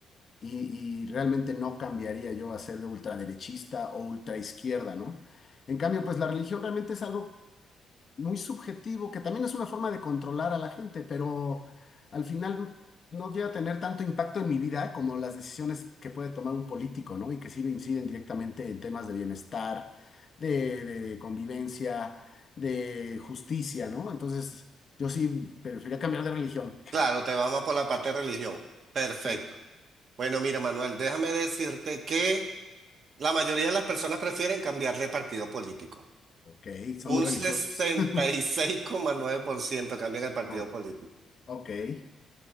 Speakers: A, on the left (about 45°); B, on the right (about 55°).
A: y, y realmente no cambiaría yo a ser ultraderechista o ultraizquierda, ¿no? En cambio, pues la religión realmente es algo muy subjetivo, que también es una forma de controlar a la gente, pero al final no llega a tener tanto impacto en mi vida como las decisiones que puede tomar un político, ¿no? Y que sí inciden directamente en temas de bienestar, de, de- de convivencia, de justicia, ¿no? Entonces, yo sí preferiría cambiar de religión.
B: Claro, te vamos por la parte de religión. Perfecto.
A: Sí,
B: Bueno, mira, Manuel, déjame decirte que la mayoría de las personas prefieren cambiar de partido político.
A: ok, son
B: Un
A: muy religiosos.
B: sesenta
A: <laughs>
B: y seis coma nueve por ciento cambian el partido
A: Oh,
B: político.
A: ok,